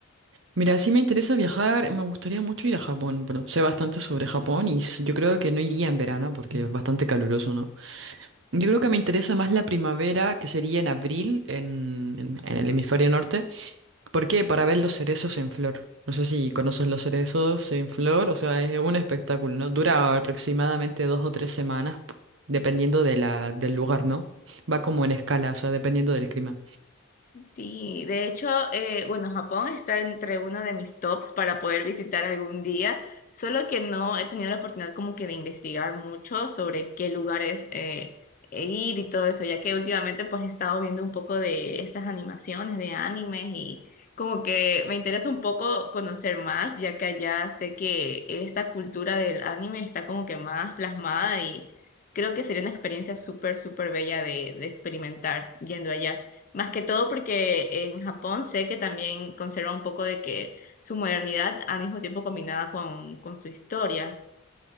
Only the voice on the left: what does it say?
Sí, de hecho, eh, bueno, Japón está entre uno de mis tops para poder visitar algún día, solo que no he tenido la oportunidad como que de investigar mucho sobre qué lugares eh, e ir y todo eso, ya que últimamente pues he estado viendo un poco de estas animaciones, de animes y como que me interesa un poco conocer más, ya que allá sé que esta cultura del anime está como que más plasmada y creo que sería una experiencia súper, súper bella de, de experimentar yendo allá. Más que todo porque en Japón sé que también conserva un poco de que su modernidad al mismo tiempo combinada con, con su historia.